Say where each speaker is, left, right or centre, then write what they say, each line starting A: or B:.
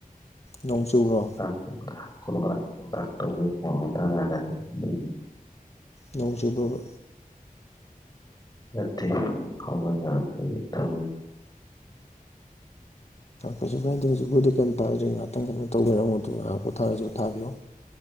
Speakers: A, on the left; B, on the left.
A: ꯅꯣꯡ ꯆꯨꯕ꯭ꯔꯣ
B: <unintelligible>
A: ꯅꯣꯡꯁꯤꯔꯤꯕ꯭ꯔꯕ
B: ꯅꯠꯇꯦ ꯍꯧꯒꯠꯅꯔꯛꯄ ꯊ
A: ꯀꯩꯁꯨ ꯀꯥꯏꯗꯦ ꯍꯧꯖꯤꯛꯄꯣꯏꯗꯤ ꯀꯩꯅꯣ ꯇꯥꯗ꯭ꯔꯤ ꯉꯍꯥꯛꯇꯪ ꯈꯇꯪ ꯇꯧꯕꯤꯔꯝꯃ ꯃꯇꯨꯡ ꯉꯥꯏꯍꯥꯛ ꯄꯣꯊꯥꯁꯤ ꯊꯥꯕꯤꯌꯨ